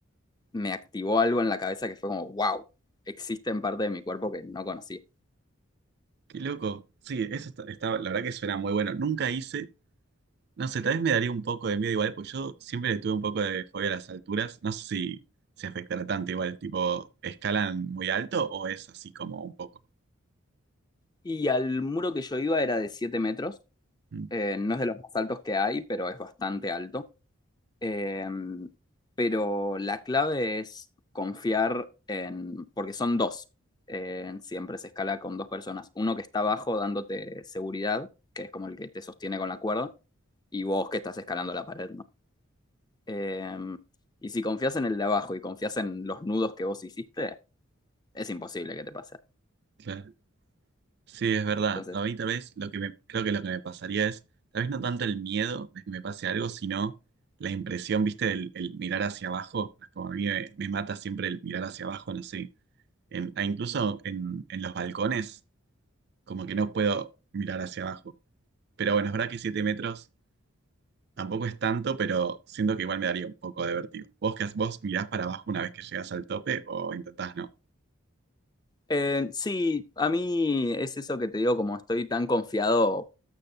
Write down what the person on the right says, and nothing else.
Qué loco. Sí, eso está, está- la verdad que suena muy bueno. Nunca hice, no sé, tal vez me daría un poco de miedo igual, pues yo siempre le tuve un poco de fobia a las alturas. No sé si se afectará tanto igual, tipo, ¿escalan muy alto o es así como un poco?
Mm,
Claro. Sí, es verdad.
A mí tal vez lo que me, creo que lo que me pasaría es, tal vez no tanto el miedo de que me pase algo, sino la impresión, viste, del el mirar hacia abajo. Como a mí me, me mata siempre el mirar hacia abajo, no sé en- a incluso en, en los balcones, como que no puedo mirar hacia abajo. Pero bueno, es verdad que 7 metros tampoco es tanto, pero siento que igual me daría un poco de vértigo. ¿Vos, qué, haces? vos mirás para abajo una vez que llegas al tope o intentás no?